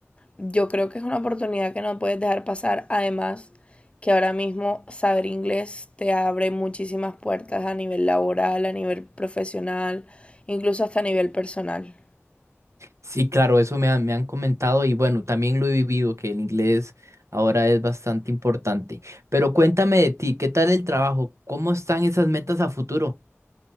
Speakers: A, on the left (about 25°); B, on the right (about 75°).
A: Yo creo que es una oportunidad que no puedes dejar pasar, además que ahora mismo saber inglés te abre muchísimas puertas a nivel laboral, a nivel profesional, incluso hasta a nivel personal.
B: Sí, claro, eso me han, me han comentado y bueno, también lo he vivido, que el inglés ahora es bastante importante. Pero cuéntame de ti, ¿qué tal el trabajo? ¿Cómo están esas metas a futuro?